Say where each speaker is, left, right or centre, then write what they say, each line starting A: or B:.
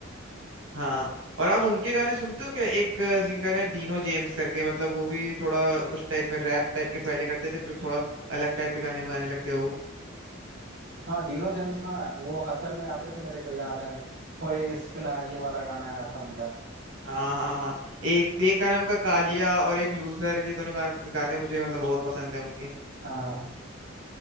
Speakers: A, on the right; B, on the right.
A: हाँ और आप उनके गाने सुनते हो क्या एक सिंगर है डीनो जेम्स करके मतलब वो भी थोड़ा उस टाइप में रैप टाइप के पहले करते थे फिर थोड़ा अलग टाइप के गाने भी गाने लग गए वो
B: हाँ डिनो जेम्स हाँ वो हसल में आते थे मेरे को याद है होए इश्क ना ये वाला गाना आया था उनका
A: हाँ हाँ हाँ एक एक गाना उनका कालिया और एक लूजर ये दोनों गाने गाने मुझे मतलब बहुत पसंद है उनके
B: हाँ